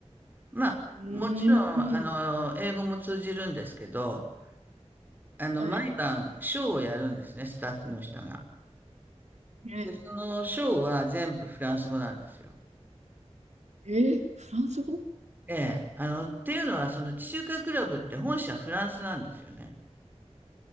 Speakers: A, on the right (about 15°); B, on the right (about 85°).
A: まあ、
B: ーん。
A: もちろん、あの、英語も通じるんですけど、あの、
B: はい。
A: 毎晩、ショーをやるんですね、スタッフの人が。
B: え、
A: で、そのショーは全部フランス語なんですよ。
B: え、フランス語
A: ええ、あの、っていうのは、その地中海クラブって本社フランスなんですよね。